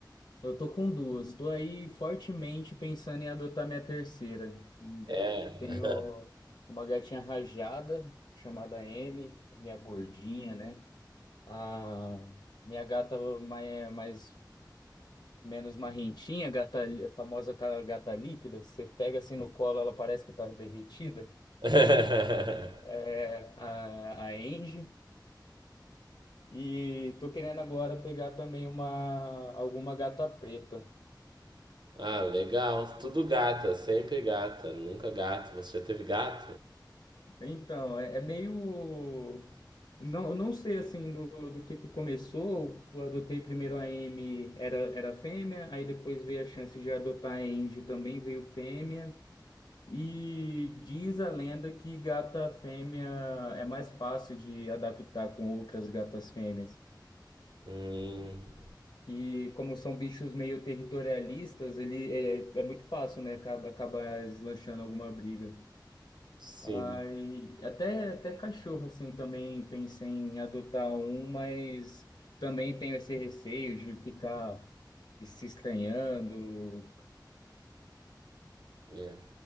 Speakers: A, on the left; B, on the right.
A: Eu tô com duas. Tô aí fortemente pensando em adotar minha terceira.
B: É.
A: Tenho uma gatinha rajada chamada Amy, minha gordinha, né? A minha gata mais, mais menos marrentinha, gata, a famosa ca- gata líquida. Você pega assim no colo, ela parece que tá derretida.
B: <laughs>
A: É a, a Angie. E tô querendo agora pegar também uma alguma gata preta.
B: Ah, legal. Tudo gata, sempre gata, nunca gato. Você já teve gato?
A: Então, é, é meio. Não, não sei assim do, do que que começou. Eu Adotei primeiro a M, era, era fêmea, aí depois veio a chance de adotar a Angie também, veio fêmea. E diz a lenda que gata fêmea é mais fácil de adaptar com outras gatas fêmeas.
B: Hum,
A: Que, como são bichos meio territorialistas, ele é, é muito fácil, né? Acaba, acaba deslanchando alguma briga.
B: sim.
A: Ai, até, até cachorro, assim, também pensei em adotar um, mas também tenho esse receio de ficar se estranhando,
B: É.